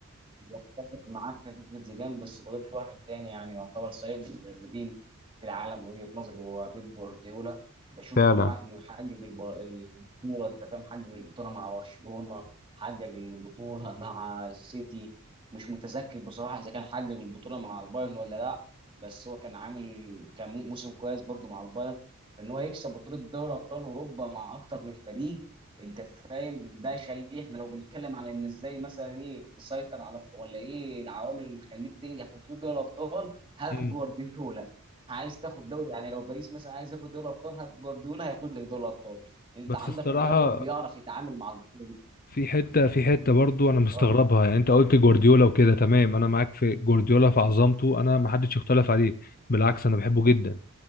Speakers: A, on the right (about 25°); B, on the left (about 40°).
A: متفق معاك في فكرة زيدان بس بضيف له واحد تاني يعني يعتبر سيد المدربين في العالم من وجهة نظري هو بيب جوارديولا بشوف
B: فعلا
A: إن هو إنه يحقق الب- البطولة أنت فاهم حقق البطولة مع برشلونة حقق البطولة مع السيتي مش متذكر بصراحة إذا كان حقق البطولة مع البايرن ولا لأ بس هو كان عامل كان موسم كويس برضه مع البايرن إن هو يكسب بطولة دوري أبطال أوروبا مع أكتر من فريق انت فاهم ده يخليه احنا لو بنتكلم على ان ازاي مثلا ايه تسيطر على ولا ايه العوامل اللي تخليك تنجح في بطوله دوري الابطال هات
B: مم.
A: جوارديولا عايز تاخد دوري يعني لو باريس مثلا عايز ياخد دوري الابطال هات جوارديولا هياخد لك دوري الابطال انت
B: بس
A: عندك
B: الصراحه
A: مدرب بيعرف يتعامل مع البطوله دي
B: في حته في حته برضو انا مستغربها
A: اه
B: يعني انت قلت جوارديولا وكده تمام انا معاك في جوارديولا في عظمته انا ما حدش يختلف عليه بالعكس انا بحبه جدا